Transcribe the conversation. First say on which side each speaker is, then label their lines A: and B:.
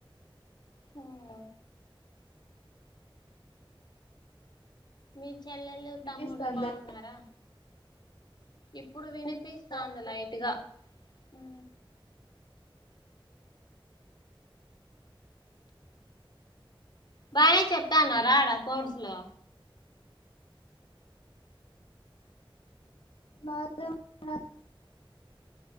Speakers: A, on the left (about 55°); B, on the left (about 80°).
A: ఆ మీ చెల్లెలు
B: వినిపిస్తాందా
A: తమ్ముడు బావున్నారా ఇప్పుడు విని పీస్తాం
B: బాగున్నది
A: ది లైట్ గ హ బానే చెప్తాన్నరా ఆడ కోర్సు లో
B: నాకు లేవు నాకు